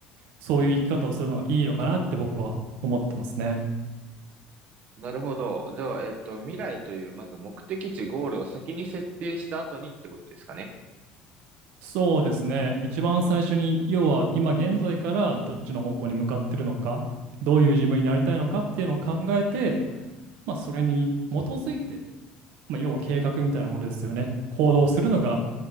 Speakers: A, on the right; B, on the right.
A: そういう生き方をするのがいいのかなって僕は思ってますね。
B: なるほど。では、えっと、未来という、まず目的地、ゴールを先に設定した後にってことですかね。
A: そうですね。一番最初に、要は今現在からどっちの方向に向かってるのか、どういう自分になりたいのかっていうのを考えて、まあ、それに基づいて、まあ、要は計画みたいなものですよね。行動するのが、